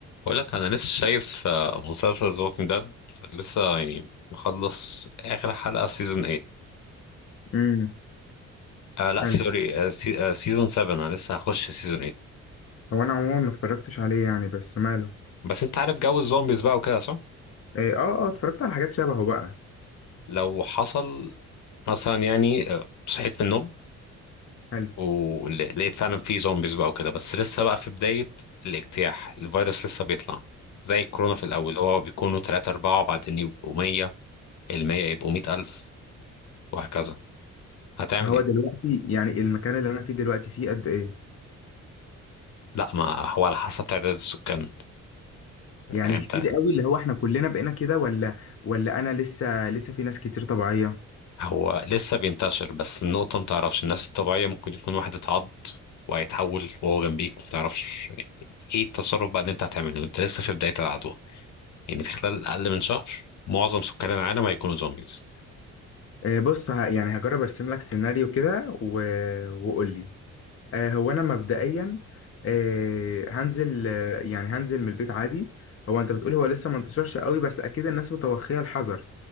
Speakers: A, on the left; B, on the left.
A: بقول لك انا لسه شايف آه، مسلسل ذا ووكينج ديد لسه يعني مخلص اخر حلقه في سيزون 8
B: امم
A: آه لا
B: حلو
A: سوري سيزون 7 انا لسه هخش سيزون 8
B: هو انا عموما ما اتفرجتش عليه يعني بس ماله
A: بس انت عارف جو الزومبيز بقى وكده صح
B: إيه، اه اه اتفرجت على حاجات شبهه بقى
A: لو حصل مثلا يعني آه، صحيت من النوم
B: حلو
A: ولقيت فعلا في زومبيز بقى وكده بس لسه بقى في بدايه الاجتياح الفيروس لسه بيطلع زي الكورونا في الاول هو بيكونوا 3 4 بعدين يبقوا 100 ال 100 يبقوا 100 الف وهكذا هتعمل
B: هو
A: ايه
B: دلوقتي يعني المكان اللي انا فيه دلوقتي فيه قد ايه
A: لا ما هو على حسب تعداد السكان
B: يعني
A: يعني انت
B: كتير قوي اللي هو احنا كلنا بقينا كده ولا ولا انا لسه لسه في ناس كتير طبيعية
A: هو لسه بينتشر بس النقطة متعرفش الناس الطبيعية ممكن يكون واحد اتعض وهيتحول وهو جنبيك متعرفش ايه التصرف بقى اللي انت هتعمله انت لسه في بداية العدوى يعني في خلال أقل من شهر معظم سكان العالم هيكونوا زومبيز
B: إيه، بص ه- يعني هجرب ارسم لك سيناريو كده و... وقول لي آه، هو انا مبدئيا آه، هنزل آه، يعني هنزل من البيت عادي هو انت بتقول هو لسه ما انتشرش قوي بس اكيد الناس متوخية الحذر